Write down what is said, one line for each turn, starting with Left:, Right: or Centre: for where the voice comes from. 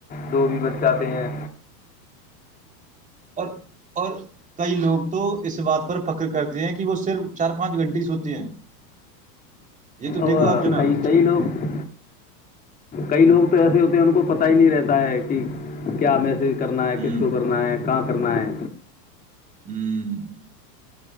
Left: دو بھی ب جاتے ہیں
Right: اور اور کئی لوگ تو اس بات پر فخر کرتے ہیں کہ وہ صرف چار پانچ گھنٹی س ہوتی ہیں یہ تو تو دیکھو
Left: اور
Right: آپ جناب
Left: کئی کئی لوگ کئی لوگ تو ایسے ہوتے ہیں ان کو پتا ہی نہیں رہتا ہے کہ کیا میسج کرنا ہے
Right: ہوں
Left: کس کو کرنا ہے کہاں کرنا ہے
Right: ہوں